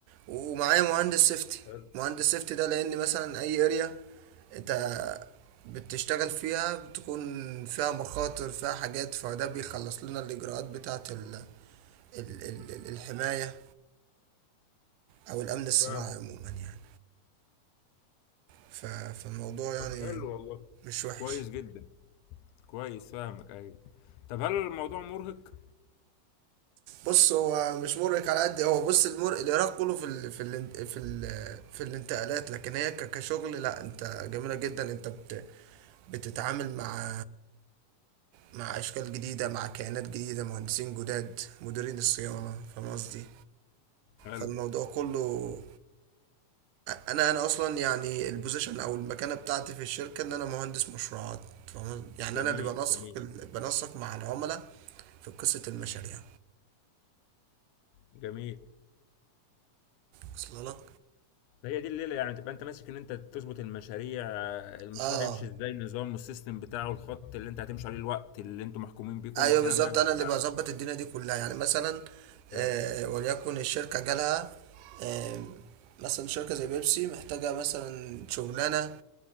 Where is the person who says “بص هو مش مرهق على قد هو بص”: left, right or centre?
Right